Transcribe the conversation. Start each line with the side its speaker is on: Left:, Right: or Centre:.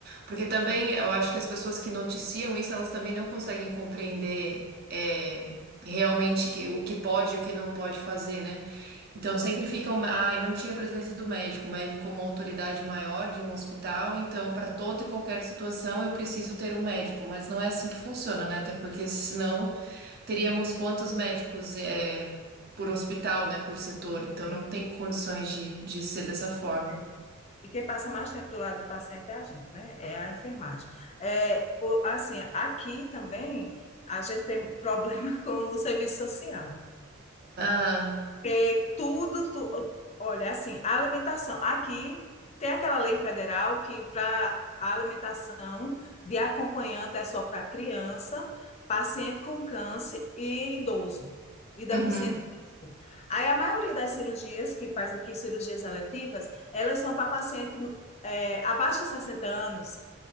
Right: Porque também eu acho que as pessoas que noticiam isso, elas também não conseguem compreender é, realmente que, o que pode e o que não pode fazer, né? Então
Left: Sim.
Right: sempre ficam, ah, e não tinha presença do médico, o médico como autoridade maior de um hospital, então para toda e qualquer situação eu preciso ter um médico, mas não é assim que funciona, né? Até porque senão teríamos quantos médicos é, por hospital, né, por setor, então
Left: Sim,
Right: não tem condições de, de ser dessa
Left: com
Right: forma.
Left: certeza. E quem passa mais tempo do lado do paciente é a gente, né? É a enfermagem. É, o- assim, aqui também a gente tem problema <laughs> com o serviço social.
Right: Ah,
Left: É, tudo, tu- olha, assim, a alimentação. Aqui tem aquela lei federal que para a alimentação de acompanhante é só para criança, paciente com câncer e idoso e deficiente.
Right: uhum.
Left: físico. Aí a maioria das cirurgias que faz aqui, cirurgias eletivas, elas são para paciente é, abaixo de 60 anos.